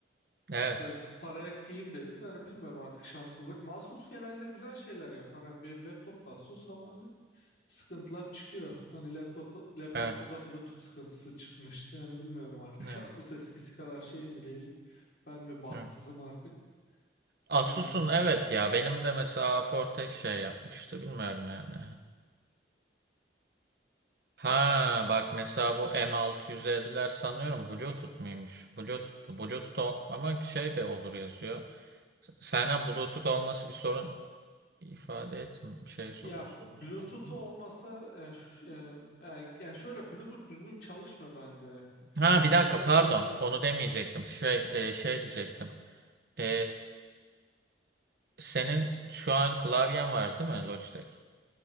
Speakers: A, on the right; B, on the left.
A: Evet.
B: Böyle paraya kıyayım dedim de hani bilmiyorum artık şanssızlık. Asus genelde güzel şeyler yapar. Hani benim laptop da Asus ama hani sıkıntılar çıkıyor. Hani laptop, laptopta
A: Evet.
B: da Bluetooth sıkıntısı çıkmıştı. Yani bilmiyorum artık
A: Evet.
B: <laughs> Asus eskisi kadar şey mi değil mi? Ben mi bahtsızım
A: evet.
B: artık?
A: Asus'un
B: Yani.
A: evet ya benim de mesela Fortex şey yapmıştı bilmiyorum yani. Ha
B: Ya.
A: bak mesela bu M650'ler sanıyorum Bluetooth muymuş? Bluetooth mu? Bluetooth ol- ama şey de olur yazıyor. S- Senden Bluetooth olması bir sorun ifade etmiyor. Şey sorun,
B: Ya
A: sorun
B: Bluetooth'u
A: çıkarmıyor mu?
B: olmasa yani, şu- yani, yani şöyle Bluetooth düzgün çalışmıyor bende.
A: Ha
B: Ondan
A: bir dakika pardon
B: dolayı
A: onu demeyecektim. Şey e, şey diyecektim. E, senin şu an klavyen var değil mi Logitech?